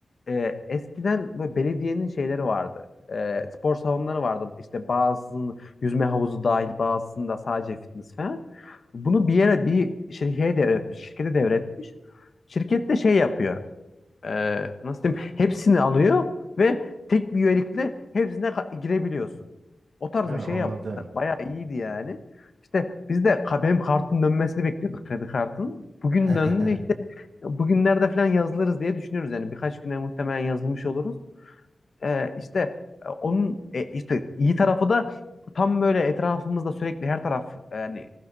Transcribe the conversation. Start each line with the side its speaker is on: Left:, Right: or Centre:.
Left: e, eskiden böyle belediyenin şeyleri vardı. E, spor salonları vardı. İşte bazısının yüzme havuzu dahil bazısında sadece fitness falan. Bunu bir yere bir şirkete devretmiş. Şirkete devretmiş. Şirket de şey yapıyor e, nasıl diyeyim hepsini alıyor ve tek bir üyelikle hepsine ka- girebiliyorsun. O tarz
Right: He anladım.
Left: bir şey yapmışlar. Bayağı iyiydi yani. İşte biz de ka- benim kartın dönmesini bekliyorduk kredi kartın. Bugün
Right: <laughs>
Left: döndü işte bugünlerde falan yazılırız diye düşünüyoruz yani birkaç güne muhtemelen yazılmış oluruz e, işte e, onun e, işte iyi tarafı da tam böyle etrafımızda sürekli her taraf yani